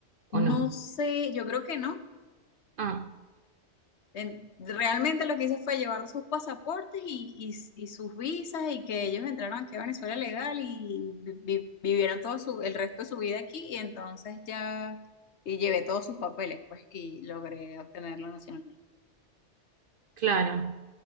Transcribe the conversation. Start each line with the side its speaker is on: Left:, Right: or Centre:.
Right: ¿o
Left: No
Right: no?
Left: sé, yo creo que no.
Right: Ah.
Left: En- realmente lo que hice fue llevar sus pasaportes y, y- y sus visas y que ellos entraron aquí a Venezuela legal y vi- vi- vivieron todo su, el resto de su vida aquí y entonces ya y llevé todos sus papeles pues y logré obtener la nacionalidad
Right: Claro.